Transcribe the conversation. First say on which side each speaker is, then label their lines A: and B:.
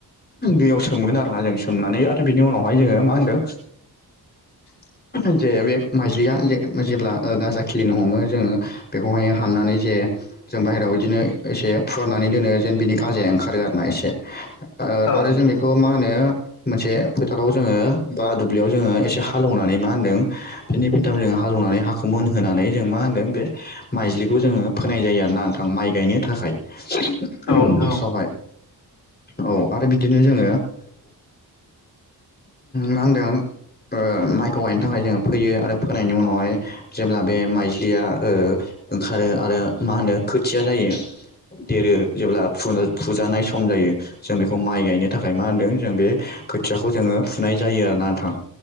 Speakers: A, on the left; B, on the left.
A: दैयाव सोमगोन आरोना जों सोमनानै आरो बिनि उनावहाय जोङो मा होनदों
B: <inaudible>
A: जे बे माइस्लिया जे जेब्ला गाजा खिलिनो हमो जोङो बेखौहाय हाननानै जे जों बाहेरायाव बिदिनो एसे फुवारनानै दोनो जेन बिनि गाजाया ओंखारो आरो ना एसे ओ
B: औ नोंथां औ नोंथां
A: आरो जों बेखौ मा होनो मोनसे फोथाराव जोङो बा दुब्लियाव जोङो एसे हालौनानै मा होनदों फिननै फिनथाम जों हालौनानै हाखौ मोनहोनानै जों मा होनदों बे माइज्लिखौ जोङो फोनाय जायो आरोना नोंथां माइ गायनो थाखाय। <unintelligible>
B: औ नोंथां
A: फार्स्टआवहाय
B: औ
A: औ आरो बिदिनो जोङो मा होनदों? ओ माइखौ गायनो थाखाय जोङो फोयो आरो फोनायनि उनावहाय जेब्ला बे माइज्लिया ओ ओंखारो आरो मा होनो खोथिया जायो। देरो जेब्ला फुनो फुजानाय सम जायो। जों बेखौ माइ गायनो थाखाय मा होनदों जों बे खोथियाखौ जोङो फुनाय जायो आरोना नोंथां।